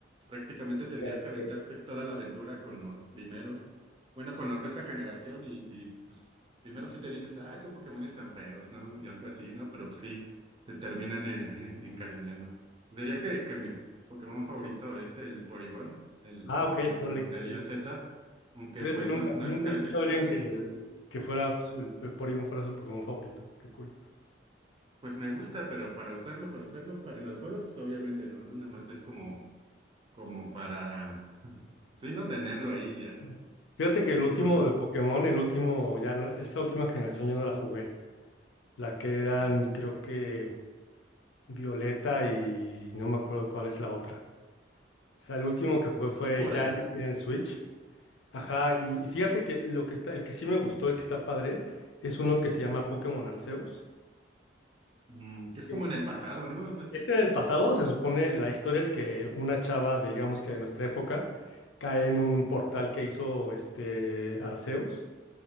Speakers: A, on the right; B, on the left.
A: prácticamente tenías
B: ok,
A: que
B: ok.
A: aventar que- toda la aventura con los primeros, bueno, con los de esa generación y, y pues primero sí te dices, ah, qué Pokémones tan feos, ¿no? Y algo así, ¿no? Pero pues sí, te terminan eh, <laughs> encariñando. Diría que, que mi Pokémon favorito es el Porygon, el,
B: Ah,
A: el
B: ok,
A: Porygon
B: órale, qué
A: de
B: chido.
A: I al Z, aunque
B: Fíjate,
A: pues
B: nunca,
A: no, es- no
B: nunca
A: es característico
B: he escuchado a alguien
A: de
B: que,
A: la quinta
B: que fuera su, que Porygon fuera su Pokémon favorito. Qué cool.
A: Pues me gusta, pero para usarlo, para usarlo, para los juegos, pues obviamente no, ¿no? Nada más es como, como para, sí, no tenerlo ahí ya, ¿no?
B: No. Fíjate
A: Porque
B: que el
A: sí,
B: último
A: no, no,
B: de
A: es-
B: Pokémon, el último, ya, no- esa última generación yo no la jugué. La que eran,
A: mm,
B: creo que. Violeta y no me acuerdo cuál es la otra. O sea, el último que jugué fue
A: por por
B: ya
A: ac-
B: en en Switch. Ajá, y y fíjate que lo que está, el que sí me gustó, el que está padre, es uno que se llama Pokémon Arceus.
A: mm, que es
B: que
A: como en el pasado, ¿no? Algo así.
B: Es en el pasado, se supone, la historia es que una chava, digamos que de nuestra época, cae en un portal que hizo este Arceus